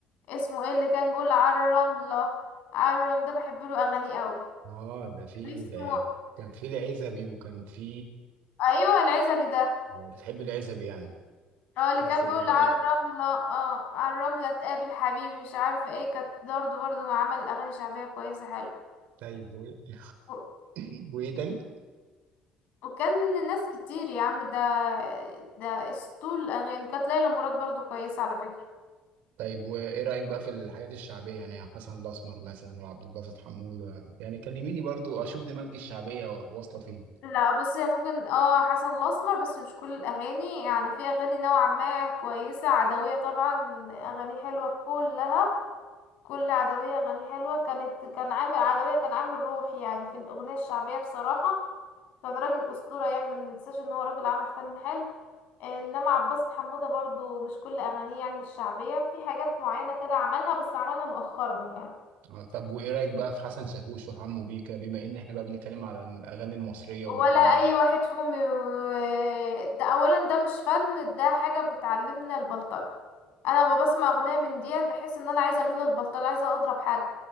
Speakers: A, on the left; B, on the right.
A: اسمه ايه اللي كان بيقول عالرملة عالرملة ده بحب له اغانيه قوي
B: اه ده في
A: كان اسمه
B: الع- كان في العزبي وكان في
A: ايوه العزبي ده
B: آه، بتحب العزبي يعني
A: اه اللي
B: بس
A: كان
B: الع-
A: بيقول عالرملة اه عالرملة تقابل حبيبي مش عارفة ايه كانت برضه برضه عمل اغاني شعبية كويسة حلو
B: طيب و... <laughs>
A: و-
B: <clears throat> وايه تاني
A: وكان ناس كتير يا عم ده ده اسطول الاغاني كانت ليلى مراد برضه كويسة على فكرة
B: طيب وايه رايك بقى في الحاجات الشعبيه يعني يا حسن الاسمر مثلا وعبد الباسط حموده يعني كلميني برضو اشوف دماغك الشعبيه واصله فين
A: لا بص هي ممكن اه حسن الاسمر بس مش كل الاغاني يعني في اغاني نوعا ما كويسه عدويه طبعا اغاني حلوه كلها كل عدويه اغاني حلوه كانت كان عامل عدويه كان عامل روح يعني في الاغنيه الشعبيه بصراحه كان راجل اسطوره يعني ما ننساش ان هو راجل عمل فن حلو انما عباس حموده برضو مش كل اغانيه يعني الشعبيه في حاجات معينه كده عملها بس عملها مؤخرا يعني
B: آه طب وايه رايك بقى في حسن شاكوش وحمو بيكا بما ان احنا بقى بنتكلم على الاغاني المصريه والفن
A: ولا
B: المصري
A: اي واحد فيهم ي- ده اولا ده مش فن ده حاجه بتعلمنا البلطجه انا لما بسمع اغنيه من ديت بحس ان انا عايزه اميل للبلطجه عايزه اضرب حد